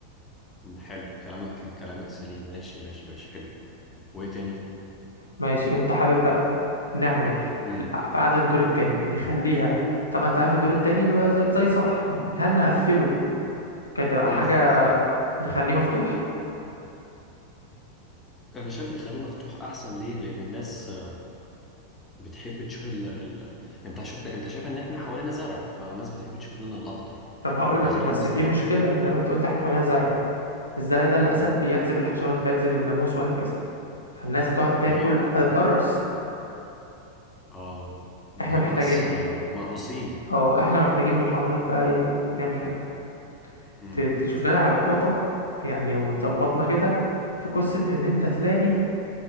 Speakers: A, on the left; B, on the left.
A: حلو كلامك كلامك سليم ماشي ماشي ماشي حلو وإيه تاني؟
B: ماشي أنت حابب بقى نعمل في
A: امم
B: في عدد الدور التاني نخليها طبعا أنت عارف الدور التاني بيبقى زي, زي سطح هل نقفله كده
A: روف
B: بقى حاجة
A: روف روف
B: نخليه مفتوح؟
A: أنا شايف نخليه مفتوح أحسن ليه؟ لأن الناس آه، بتحب تشوف ال... ال... أنت شفت أنت شايف إن إحنا حوالينا زرع فالناس بتحب تشوف اللون الأخضر
B: طب هقول
A: بيخليهم
B: لك بس
A: مستريح
B: في مشكلة زي ما أنت قلت إحنا حوالينا زرع الزرع ده للأسف
A: امم
B: بيجذب الحشرات وبيجذب الناموس وهكذا فالناس هتقعد تاكل
A: بي...
B: هتتقرص
A: آه
B: احنا
A: هيبقوا
B: محتاجين
A: ناس آه، مقروسين
B: اه احنا محتاجين من حضرتك بقى ايه نعمل حاجة
A: امم
B: ت- تشوف لنا علاقاتك يعني وتظبطنا كده في قصة ان انت تلاقي